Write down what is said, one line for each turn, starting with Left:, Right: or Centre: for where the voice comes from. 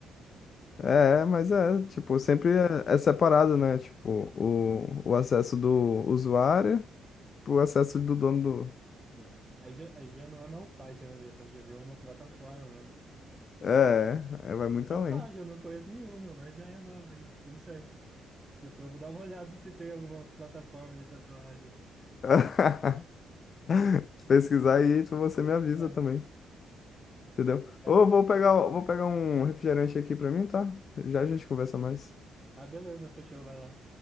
Left: É, mas é, tipo, sempre é, é separado, né? Tipo, o, o acesso do usuário pro acesso do dono do.
Right: Não. Aí já, aí já não é mais um site, né? Já, tá- já virou uma plataforma mesmo.
Left: É, é, vai muito
Right: De tatuagem,
Left: além.
Right: eu não conheço nenhuma, mas ideia nova, hein? Não sei. Depois eu vou dar uma <laughs> olhada se tem alguma plataforma de tatuagem.
Left: <laughs> Se Pesquisar aí, tu- você me avisa
Right: É,
Left: também, entendeu?
Right: cara.
Left: Ou vou pegar, vou pegar um refrigerante aqui pra mim, tá? Já a gente conversa mais.
Right: Ah, beleza, fechou, vai lá.